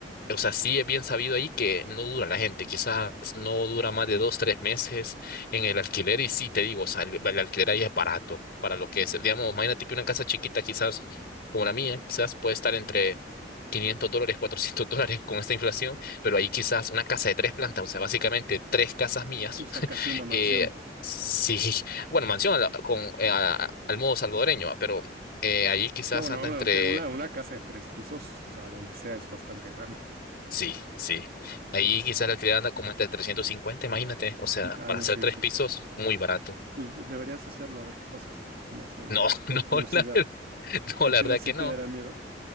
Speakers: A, on the left; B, on the right.
A: o sea, sí es bien sabido ahí que no dura la gente, quizás no dura más de dos, tres meses en el alquiler, y sí, te digo, o sea, el, el alquiler ahí es barato para lo que es, digamos, imagínate que una casa chiquita, quizás como la mía, quizás puede estar entre 500 dólares, 400 dólares con esta inflación, pero ahí quizás una casa de tres plantas, o sea, básicamente tres casas mías
B: O sea, casi una mansión.
A: eh, sí, <laughs> bueno, mansión a la- con, eh, a- al modo salvadoreño, va, pero eh, ahí quizás
B: No, bueno,
A: anda
B: bueno,
A: entre...
B: tengo una, una casa de tres pisos, o sea, donde sea es bastante grande.
A: Sí, sí. Ahí quizás la alquiler anda como entre 350 imagínate. O sea,
B: Ah,
A: para
B: no,
A: hacer
B: sí,
A: tres
B: sí,
A: pisos,
B: sí.
A: muy barato.
B: Pues bu- deberías hacerlo, a ver qué pasa. Nomás ahí,
A: No, <laughs>
B: por
A: no,
B: curiosidad.
A: la, ver-
B: ¿Sí
A: no, la
B: te,
A: verdad
B: da- sí
A: que no.
B: te dará miedo?